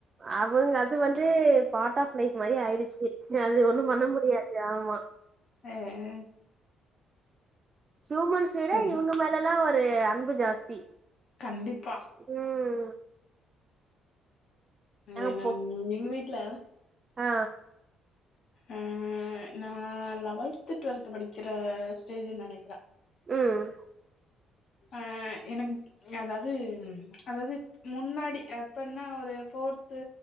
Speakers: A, on the right (about 30°); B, on the left (about 50°).
A: அவுங்க அது வந்து பார்ட் ஆஃப் லைஃப் மாரி ஆயிடுச்சு அ அது ஒண்ணும் பண்ண முடியாது ஆமா
B: அ
A: ஹியூமன்ஸ் வேற
B: சரி
A: இவுங்க மேலெல்லா ஒரு அன்பு ஜாஸ்தி
B: கண்டிப்பா
A: ம் நாங்க
B: ஏனா
A: போ
B: எங்க வீட்ல
A: ஆ
B: அ நா லெவத்து ட்வெல்த்து படிக்கிற ஸ்டேஜி நெனைக்கிறே
A: ம்
B: ஆ எனக் அதாவது அதாவது முன்னாடி எப்பனா ஒரு போர் து